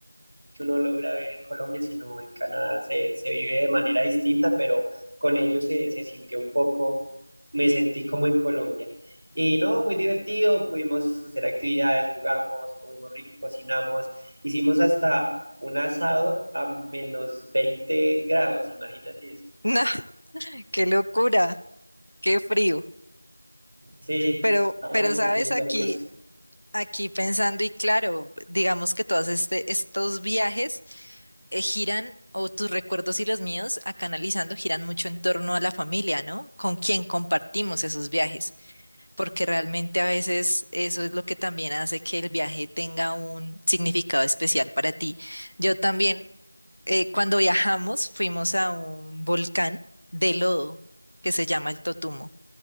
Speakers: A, on the right; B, on the left.
A: que uno logra ver en Colombia, sino en Canadá se, se vive de manera distinta, pero con ellos se, se sintió un poco, me sentí como en Colombia. Y no, muy divertido, pudimos hacer actividades, jugamos, comimos rico, cocinamos, hicimos hasta un asado a menos 20 grados, imagínate eso.
B: No, qué locura, qué frío.
A: Sí,
B: Pero,
A: estábamos
B: pero sabes,
A: bien
B: aquí,
A: locos.
B: aquí pensando y claro, digamos que todos este, estos viajes eh, giran, o tus recuerdos y los míos, acá analizando, giran mucho en torno a la familia, ¿no? Con quien compartimos esos viajes, porque realmente a veces eso es lo que también hace que el viaje tenga un significado especial para ti. Yo también, eh, cuando viajamos, fuimos a un volcán de lodo que se llama el Totumo.